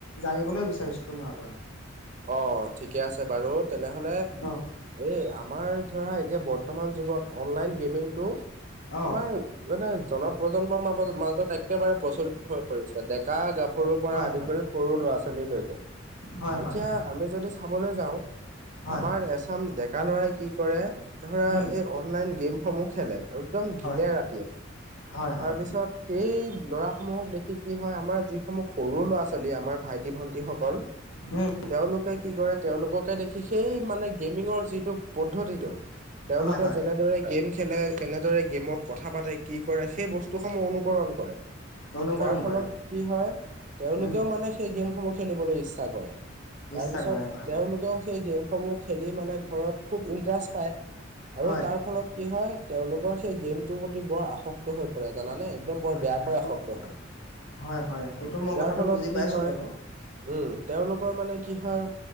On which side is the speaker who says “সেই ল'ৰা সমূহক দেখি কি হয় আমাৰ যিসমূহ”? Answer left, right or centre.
Right